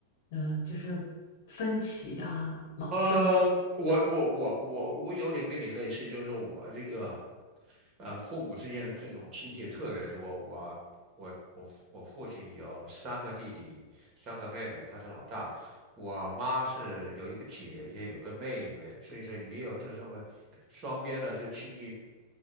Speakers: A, on the left; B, on the right.
A: 呃，就是分歧呀、矛盾
B: 呃，我我我我我有点跟你类似，就是说我这个，呃，父母之间的这种亲戚特别多。我我我父我父亲有三个弟弟，三个妹妹，他是老大。我妈是有一个姐姐，有个妹妹，所以说也有这上面双边的这亲戚